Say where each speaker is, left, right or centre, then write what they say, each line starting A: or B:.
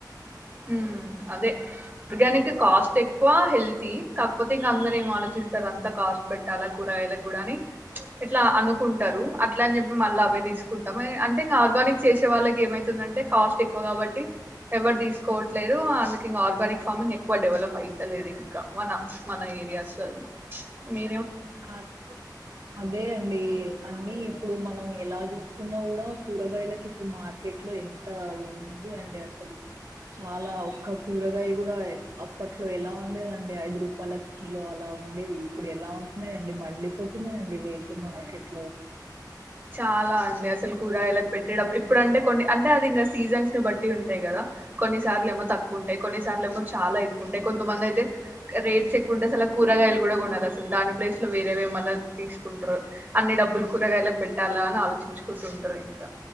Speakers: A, on the right; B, on the right.
A: మ్మ్ అదే ఆర్గానిక్ కాస్ట్ ఎక్కువ హెల్తీ కాకపోతే ఇంక అందరు ఏం ఆలోచిస్తారు అంతా కాస్ట్ పెట్టాలా కూరగాయలకు కూడా అని ఇట్లా అనుకుంటారు అట్ల అని చెప్పి మళ్ళీ అవే తీసుకుంటాం అంటే ఇంకా ఆర్గానిక్ చేసే వాళ్ళకి ఏమైతుందంటే కాస్ట్ ఎక్కువ కాబట్టి ఎవరు తీసు కోట్లేరు అందుకు ఇంగా ఆర్ ఆర్గానిక్ ఫార్మింగ్ ఎక్కువ డెవలప్ అయి తెలీదు ఇంకా మన మన ఏరియాస్ లల్ల మీ
B: అద్ అదే అండి అన్నీ ఇప్పుడు మనం ఎలా చూసుకున్నా కూడా కూరగాయలకి ఇప్పుడు మార్కెట్ లో ఎంత ఉంది అండి అసలు చాలా ఒక్క కూరగాయ కూడా అప్పట్లో ఎలా ఉండేదండి ఐదు రూపాయల కిలో అలా ఉండేది ఇప్పుడు ఎలా ఉ ఉండి మండి పోతున్నాయండి రేట్లు మార్కెట్ లో
A: చాలా అండి అసలు కూరగాయలకు పెట్టే డబ్బు ఇప్పుడు అంటే కొన్ని అంటే అది ఇంకా సీజన్స్ ని బట్టి ఉంటాయి కదా కొన్నిసార్లు ఏమో తక్కువ ఉంటాయి కొన్నిసార్లు ఏమో చాలా ఎక్కువ ఉంటాయి కొంతమంది అయితే రేట్స్ ఎక్కువ ఉంటాయి అసలు కూరగాయలు కూడా కొనరు అసలు దాని ప్లేస్ లో వేరేవేమన్నా తీసుకుంటారు అన్ని డబ్బులు కూరగాయలకు పెట్ ఎలా అని ఆలోచించుకుంటూ ఉంటారు ఇంకా